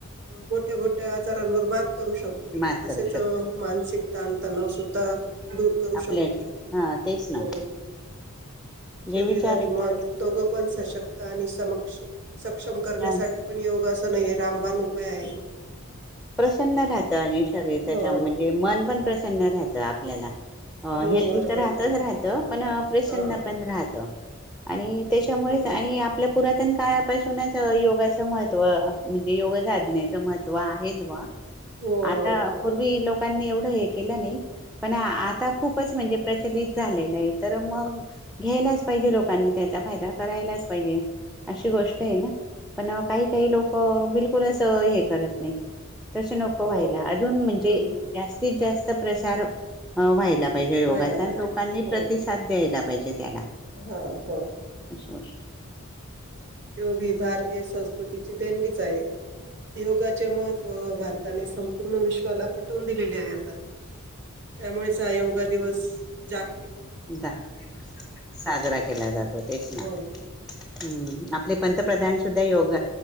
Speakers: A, on the right; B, in the centre.
A: मोठ्या मोठ्या आजारांवर बात करू शकतो
B: मात
A: तसेच.
B: करू शकतो
A: मानसिक तता नाव सुद्धा दूर करू
B: आपले
A: शकतो
B: हा तेच
A: हो
B: ना जे
A: शरीर
B: विचार
A: आणि
B: येतात
A: मन दोघं पण सशक्त आणि समक्ष सक्षम करण्यासाठी
B: ह
A: पण योग असं नाही आहे. रामबाान उपाय आहे.
B: प्रसन्न राहतं अनिश म्ह
A: हो
B: म पण कर राहत आपल्याला अ
A: हो
B: हेल्दी
A: बरोबर
B: तर राहतच
A: आहे
B: राहतं पण प्रसन्न
A: हा
B: पण राहत. आणि त्याच्यामुळेच आणि आपल्या पुरातन काळापासूनच योगाचं महत्त्व म्हणजे योग साधनेचं महत्त्व आहे. <inaudible>
A: हो
B: आता
A: हो हो
B: पूर्वी लोक लोकांनी एवढं हे केलं नाही पण आता खूपच म्हणजे प्रचलित झालेलं आहे तर मग घ्यायलाच पाहिजे लोकांनी त्याचा फायदा करायलाच पाहिजे अशी गोष्ट आहे ना पण काही काही लोक बिलकुलच हे करत नाही. तस नको
A: हो
B: व्हायला अजून म्हणजे
A: हम्म
B: जास्तीत जास्त प्रचार व्हायला. पाहिजे योगचान
A: व्हायला पाहिजे
B: लोकांनी
A: हो.
B: प्रतिसाद द्यायला. पाहिजे त्याला
A: हा हो.
B: विषष्ट
A: योग ही भारतीय संस्कृतीची देणगीच आहे योगाचे महत्त्व भारताने संपूर्ण विश्वाला पटवून दिलेले आहे आता त्यामुळेच हा योगा दिवस जाग.
B: एकदा साजरा केला जातो तेच ना
A: हो.
B: हम्. आपले पंतप्रधान सुद्धा योग